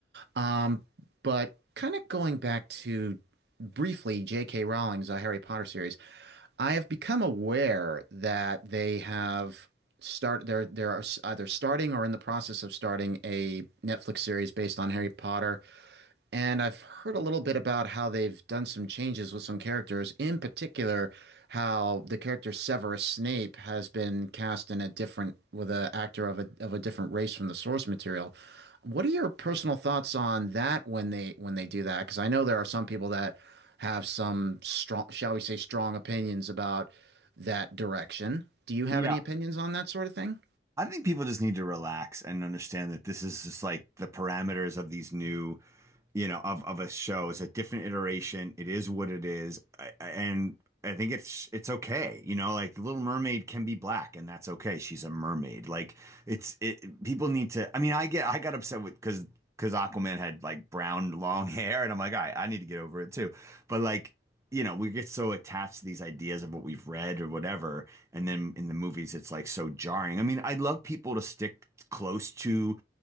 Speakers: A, on the right (about 65°); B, on the right (about 15°).
A: Um, but kind of going back to briefly J.K. Rowling's uh, Harry Potter series, I have become aware that they have start there there are s- either starting or in the process of starting a Netflix series based on Harry Potter. And I've heard a little bit about how they've done some changes with some characters, in particular, how the character Severus Snape has been cast in a different with an actor of a of a different race from the source material. What are your personal thoughts on that when they when they do that? Because I know there are some people that have some strong, shall we say, strong opinions about that direction. Do you have
B: Yeah,
A: any opinions on that sort of thing?
B: I think people just need to relax and understand that this is just like the parameters of these new you know, of of a show. It's a different iteration. It is what it is. I, I- and I think it's it's okay. You know, like Little Mermaid can be black and that's okay. She's a mermaid. Like it's it people need to I mean, I get I got upset with because because Aquaman had like brown long <laughs> hair and I'm like, all right, I need to get over it too. But like You know, we get so attached to these ideas of what we've read or whatever, and then in the movies, it's like so jarring. I mean, I'd love people to stick close to